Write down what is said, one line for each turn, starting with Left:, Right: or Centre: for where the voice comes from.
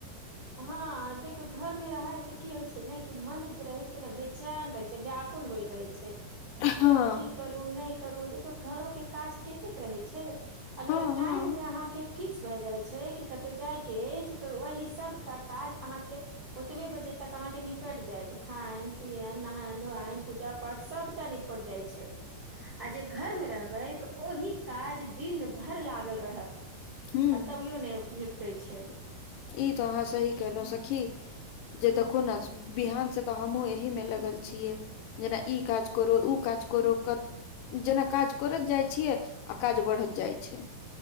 Right: हँ देखियौ घर में रहै से की होइ छै ने कि मन जे रहै छै ने बेचैन रहै छै व्याकुल होइल रहै छै कि
Left: हँ
Right: क की करूँ नहि करूँ देखियौ घरोे के काज कतेक रहै छै अगर
Left: हँ हँ
Right: टाइम जे अहाँके फिक्स भए जाइ छै कि कतो जायके अछि त वहि सबटा काज अहाँके ओतबे बजे तक अहाँके निपट जायत खायन पियन नहायन धोयन पूजा पाठ सभटा निप पर जाइ छै आ जे घरमे रहबै त ओहि काज दिन भरि लागल रहत
Left: हूँ
Right: आ त बयो ने निपटे छै
Left: इ तो अहाँ सही केलहुं सखी जे देखू ने बिहान से तऽ हमहूँ एहि में लगल छियै जेना ई काज करो उ काज करो जेना काज करइत जाइ छियै आ काज बढ़त जाइ छै